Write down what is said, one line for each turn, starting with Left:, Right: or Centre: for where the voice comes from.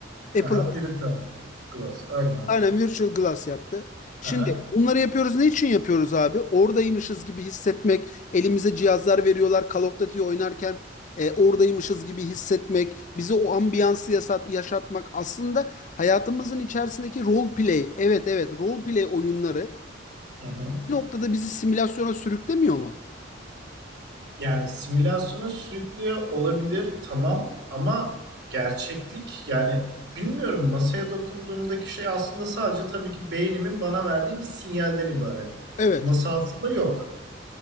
Left: Apple
Right: Aha, Viridian Glass, aynen.
Left: Aynen Virtual Glass yaptı. Şimdi
Right: Aha.
Left: bunları yapıyoruz. Ne için yapıyoruz abi? Oradaymışız gibi hissetmek. Elimize cihazlar veriyorlar. Call of Duty oynarken e, oradaymışız gibi hissetmek. Bize o ambiyansı yasa- yaşatmak. Aslında hayatımızın içerisindeki role play. Evet evet role play oyunları
Right: Hı hı.
Left: bir noktada bizi simülasyona sürüklemiyor mu?
Right: Yani simülasyona sürüklüyor olabilir tamam ama gerçeklik yani bilmiyorum masaya dokunduğumdaki şey aslında sadece tabii ki beynimin bana verdiği bir sinyalden ibaret.
Left: Evet.
Right: Bu masa aslında yok.